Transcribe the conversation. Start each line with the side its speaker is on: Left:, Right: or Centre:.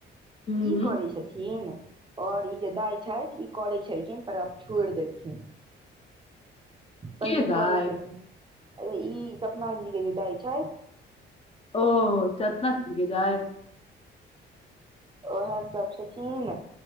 Left: हूँ
Right: ई करै छथिन आओर ई जे दाय छथि ई करै छलखिन पर आब छोड़ देलखिन पहिले
Left: के दाइ
Right: करै छलखिन ई सपना जी के जे दाय छै
Left: ओ चतना छिक गाय
Right: उएह सभ छथिन